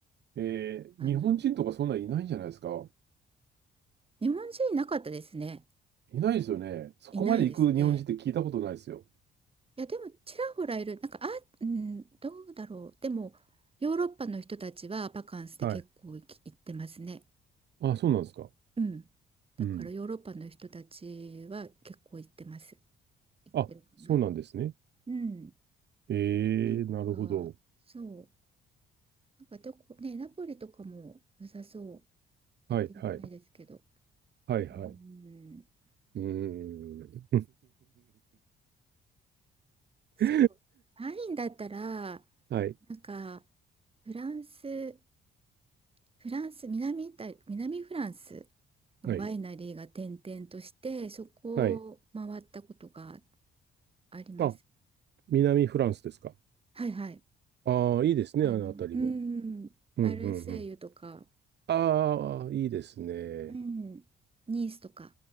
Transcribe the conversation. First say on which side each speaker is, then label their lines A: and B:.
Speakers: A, on the right; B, on the right.
A: えー日本人とかそんなんいないんじゃないですか。
B: あの、日本人いなかったですね。
A: いないですよね。そこまで行く日本人って聞いたことないですよ。
B: いないですね。いやでもちらほらいるなんかあ、うん、どうだろうでもヨーロッパの人たちはバカンスで結構行き行ってますね
A: はい。あ、そうなんですか。
B: うんだからヨーロッパの人たちは結構行ってます
A: うん。
B: 行ってるかな
A: あ、そうなんですね。
B: うん
A: ええ、
B: なんかそう
A: なるほど。
B: なんかどこねナポリとかも良さそう行ってみたいですけど
A: はい、はい。はい、はい。
B: うん
A: うーん。
B: そう
A: <laughs>
B: ワインだったらな
A: はい、
B: んかフランスフランス、南イタリ、南フランスのワイナリーが転々として、
A: はい、
B: そこを回ったことが
A: はい。
B: あります。
A: あ、南フランスですか。
B: はいはい。
A: ああ、いいですね、
B: あの、
A: あのあたりも。
B: うん、
A: うん、
B: マルセイユとか、
A: うん、うん。ああ、いいですね。
B: うん、ニースとか。